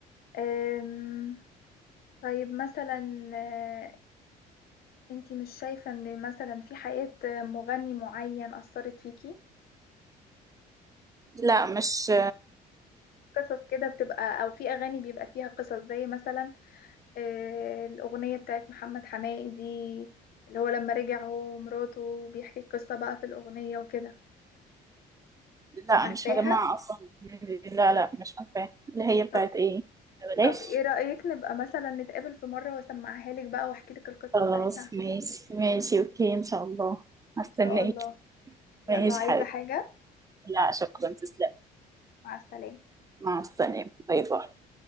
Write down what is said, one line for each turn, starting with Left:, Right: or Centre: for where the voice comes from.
Left: أم، طيب مثلا آه، انتي مش شايفة ان مثلا في حياة مغني معين أثرت فيكي
Right: لا مش
Left: قصص كده بتبقى او في اغاني بيبقى فيها قصص زي مثلا آه، الاغنية بتاعت محمد حماقي دي اللي هو لما رجع هو ومراته بيحكي القصة بقى في الاغنية وكده
Right: لا
Left: عارفاها
Right: مش مجمعه اصلا لا لا مش عارفه اللي هي بتاعت
Left: طب
Right: ايه بلاش
Left: طب ايه رأيك نبقى مثلا نتقابل في مرة واسمعها لك بقى واحكي لك القصة
Right: خلاص
Left: بتاعتها
Right: ماشي ماشي اوكي ان شاء الله هستناك
Left: ان شاء الله يلا
Right: ماشي
Left: عايزة
Right: حبيبي
Left: حاجة
Right: لا شكرا تسلم
Left: مع السلامة
Right: مع السلامة باي باي